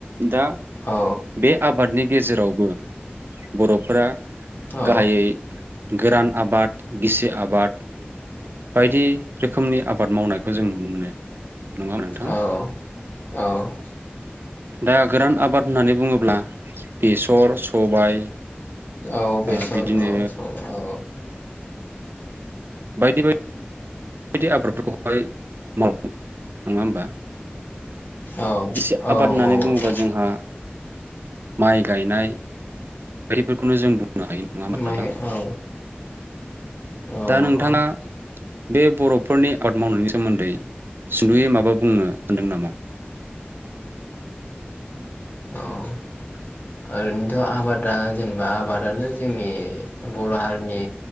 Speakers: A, on the right; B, on the left.
A: दा
B: औ
A: बे आबादनि गेजेरावबो बर'फोरा
B: औ
A: गाहायै गोरान आबाद, गिसि आबाद बायदि रोखोमनि आबाद मावनाय खौ जों नुनो मोनो। नङा होनबा नोंथां
B: औ औ <inaudible>
A: दा गोरान आबाद होननानै बुङोब्ला बेसर, सबाय
B: औ बेसर
A: ओ बिदिनो
B: औ स औ
A: बायदि बाय बेदि आबादफोरखौहाय मावो नङा होमबा?
B: औ
A: एसे
B: औ
A: आबाद होननानै
B: मावो
A: बुङोबा
B: औ
A: जोंहा माइ गायनाय बायदिफोरखौनो जों बुंनो हायो नङा होमबा
B: माइ
A: नोंथां
B: औ औ
A: दा नोंथाङा
B: औ
A: बे बर'फोरनि आबाद मावनायनि सोमोन्दै सुद'यै माबा बुंनो सानदों नामा?
B: औ ओरैनोथ' आबादा जेनेबा आबादानो जोंनि बर' हारिनि